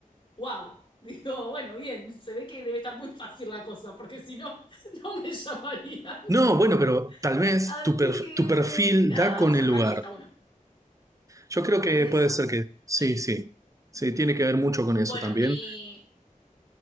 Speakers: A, on the left; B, on the right.
A: wow. <laughs> Digo, bueno, bien, se ve que debe estar muy fácil la cosa, porque si no, <laughs> no me llamarían.
B: No, bueno, pero tal
A: <laughs>
B: vez
A: Así
B: tu, per-
A: que,
B: tu perfil
A: nada,
B: da con
A: o sea,
B: el lugar.
A: para mí está bueno.
B: Yo creo que
A: Puede
B: puede
A: ser.
B: ser que sí,
A: Eh,
B: sí. Sí, tiene que ver mucho con eso
A: bueno,
B: también.
A: mi...